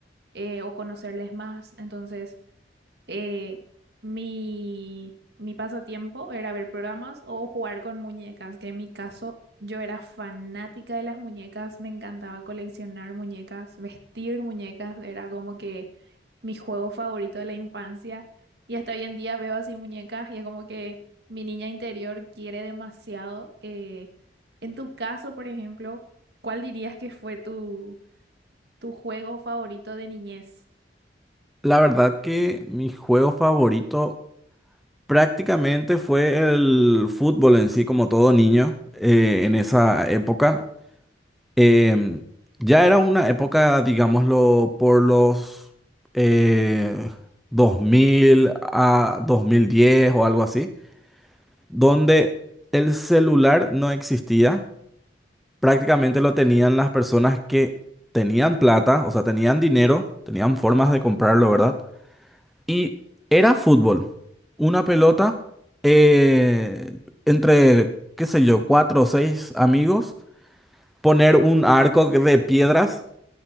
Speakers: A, on the right; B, in the centre.
A: eh, o conocerles más. Entonces, eh, mi, mi pasatiempo era ver programas o jugar con muñecas, que en mi caso yo era fanática de las muñecas, me encantaba coleccionar muñecas, vestir muñecas, era como que mi juego favorito de la infancia y hasta hoy en día veo así muñecas y es como que mi niña interior quiere demasiado. Eh, en tu caso, por ejemplo, ¿cuál dirías que fue tu, tu juego favorito de niñez?
B: La verdad que mi juego favorito Prácticamente fue el fútbol en sí, como todo niño, eh, en esa época. Em, ya era una época, digámoslo, por los eh, 2000 a 2010 o algo así, donde el celular no existía. Prácticamente lo tenían las personas que tenían plata, o sea, tenían dinero, tenían formas de comprarlo, ¿verdad? Y era fútbol. Una pelota eh, entre, qué sé yo, cuatro o seis amigos, poner un arco de piedras